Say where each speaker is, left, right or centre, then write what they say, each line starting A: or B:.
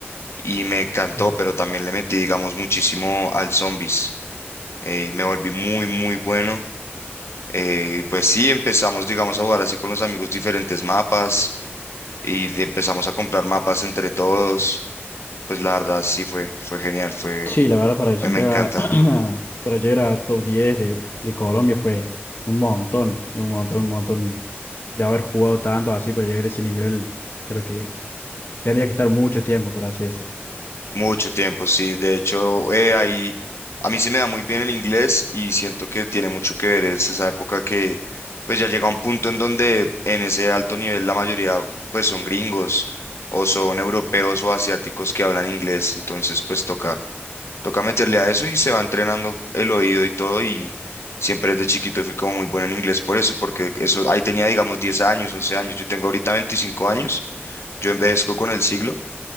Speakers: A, on the left (about 80°); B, on the left (about 55°).
A: y me encantó,
B: eh,
A: pero también le metí, digamos, muchísimo al Zombies. Eh, me volví muy, muy bueno. Eh, y pues sí, empezamos, digamos, a jugar así con los amigos diferentes mapas y de- empezamos a comprar mapas entre todos. Pues la verdad sí fue, fue genial, fue,
B: Sí, la verdad, para llegar,
A: me encanta.
B: <clears throat> para llegar a top 10 de, de Colombia fue un montón, un montón, un montón de haber jugado tanto así para llegar a ese nivel. Creo que Tendría que estar mucho tiempo, por así decirlo.
A: Mucho tiempo, sí. De hecho, eh, ahí a mí se me da muy bien el inglés y siento que tiene mucho que ver. Es esa época que pues ya llega un punto en donde en ese alto nivel la mayoría pues son gringos o son europeos o asiáticos que hablan inglés. Entonces pues toca, toca meterle a eso y se va entrenando el oído y todo y siempre desde chiquito fui como muy bueno en inglés por eso, porque eso ahí tenía digamos 10 años, 11 años. Yo tengo ahorita 25 años. Yo envejezco con el siglo.